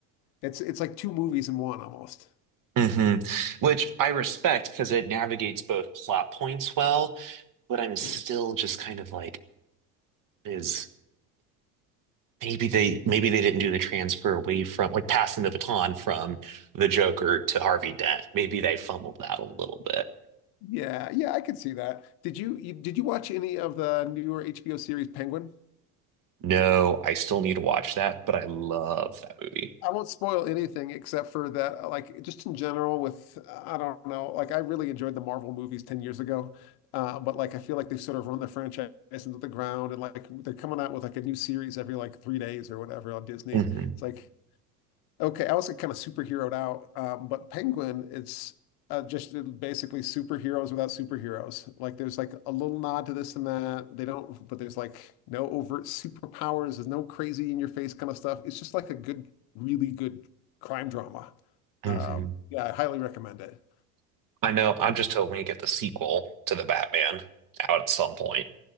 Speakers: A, on the left; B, on the right.
A: It's it's like two movies in one almost.
B: hmm Which I respect because it navigates both plot points well, but I'm still
A: Yeah.
B: just kind of like, is maybe they maybe they didn't do the transfer away from like passing the baton from the Joker to Harvey Dent. Maybe they fumbled that a little bit.
A: Yeah, yeah, I could see that. Did you, you did you watch any of the newer HBO series Penguin?
B: No, I still need to watch that, but I love that movie.
A: I won't spoil anything except for that, like just in general with I don't know, like I really enjoyed the Marvel movies 10 years ago. Uh, but like I feel like they've sort of run the franchise into the ground and like they're coming out with like a new series every like three days or whatever on Disney.
B: hmm
A: It's like Okay, I was kind of superheroed out, um, but Penguin, it's uh, just uh, basically superheroes without superheroes. Like there's like a little nod to this and that. They don't, but there's like no overt superpowers. There's no crazy in your face kind of stuff. It's just like a good, really good crime drama.
B: hmm
A: Um, yeah, I highly recommend it.
B: I know. I'm just hoping to get the sequel to the Batman out at some point.